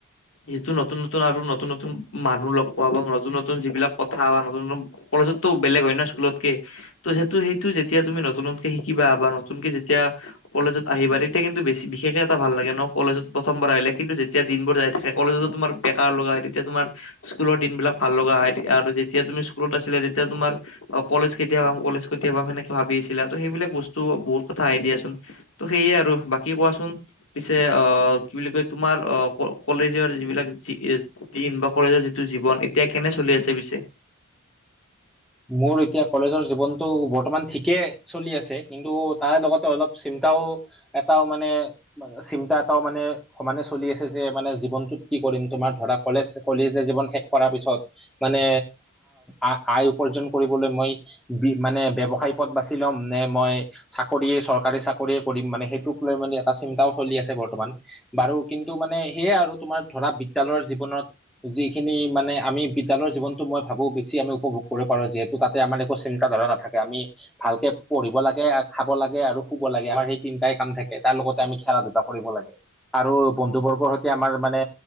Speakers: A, on the left; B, in the centre.
A: যিটো নতুন নতুন আৰু নতুন নতুন মানুহ লগ পোৱা বা নতুন নতুন যিবিলাক কথা বা নতুন নতুন কলেজততো বেলেগ হয় ন' স্কুলতকে। ত' সেইটো সেইটো যেতিয়া তুমি নতুনতকে শিকিবা বা নতুনকে যেতিয়া কলেজত আহিবা তেতিয়া কিন্তু বেছি বিশেষে এটা ভাল লাগে ন' কলেজত প্ৰথমাৰ আহিলে কিন্তু যে তিয়া দিনবোৰ যাই থাকে, কলেজতো তোমাৰ বেকাৰ লগাই তেতিয়া তোমাৰ স্কুলৰ দিনবিলাক ভাল লগা হয় আৰু যেতিয়া তুমি স্কুলত আছিলা তেতিয়া তোমাৰ অ' কলেজ কেতিয়া পাম কলেজ কেতিয়া পাম সেনেকে ভাবি আছিলা ত' সেইবিলাক বস্তু বহুত কথা আহে দিয়াচোন। ত' সেয়ে আৰু বাকী কোৱাচোন। পিছে অ' কি বুলি কয় তোমাৰ অ' কলেজৰ যিবিলাক জী দিন বা কলেজৰ যিটো জীৱন এতিয়া কেনে চলি আছে পিছে?
B: মোৰ এতিয়া কলেজৰ জীৱনটো বৰ্তমান ঠিকে চলি আছে কিন্তু তাৰে লগতে অলপ চিন্তাও এটাও মানে চিন্তা এটাও মানে সমানে চলি আছে যে মানে জীৱনটোত কি কৰিম তোমাৰ ধৰা কলেজ কলিজীয়া জীৱন শেষ কৰাৰ পিছত মানে আ-আয়ু উপাৰ্জন কৰিবলৈ মই বি মানে ব্যৱসায় পথ বাছি ল'ম নে মই চাকৰিয়ে চৰকাৰী চাকৰিয়ে কৰিম মানে সেইটোক লৈ মানে এটা চিন্তাও চলি আছে বৰ্তমান। বাৰু কিন্তু মানে সেয়াই আৰু তোমাৰ ধৰা বিদ্যালয়ৰ জীৱনত যিখিনি মানে আমি বিদ্যালয়ৰ জীৱনটো মই ভাবোঁ বেছি আমি উপভোগ কৰিব পাৰোঁ যিহেতু তাতে আমাৰ একো চিন্তা ধাৰা নাথাকে আমি ভালকে পঢ়িব লাগে, খাব লাগে আৰু শুব লাগে, আমাৰ সেই তিনটাই কাম থাকে তাৰ লগতে আমি খেলা ধূলা কৰিব লাগে। আৰু বন্ধু বৰ্গৰ সৈতে আমাৰ মানে